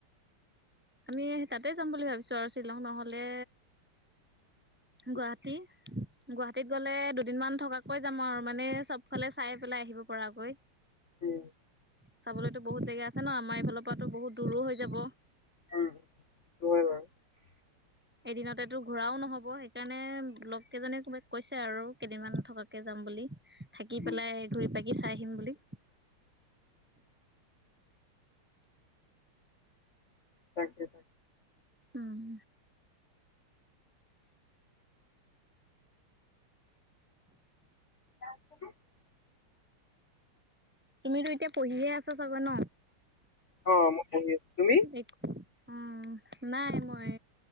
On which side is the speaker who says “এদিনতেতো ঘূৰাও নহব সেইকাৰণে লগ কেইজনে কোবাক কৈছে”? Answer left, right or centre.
Centre